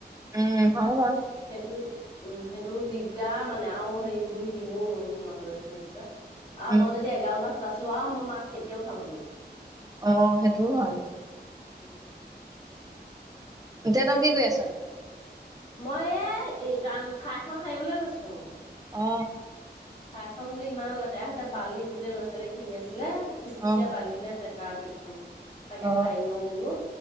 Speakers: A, on the right; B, on the left.
A: উম হয় বাও
B: সেইটো উম সেইটো দিগদাৰ মানে আৰু হেৰি বহি থাকিবও নোৱাৰো আৰু মই মাজত গৈ পেলাই আৰু
A: উম
B: মই যদি এগাল মাছ বাছো আৰু মই মাছ কেতিয়াও খাব নোৱাৰো।
A: অ সেইটোও হয়।
B: উম
A: এতিয়া তই কি কৰি আছ?
B: মই এই এই কাম ঠাইখন সাৰিবলৈ লৈছো।
A: অ
B: ঠাই খন বুলি ইমান লেতেৰা হৈছে বালি গোটেই ল'ৰা ছোৱালীয়ে খেলি আছিলে খিচখিচিয়া
A: অ
B: বালি হৈ আছে। কাৰ্পেটখন তাকে
A: অ
B: সাৰি লওঁ বোলো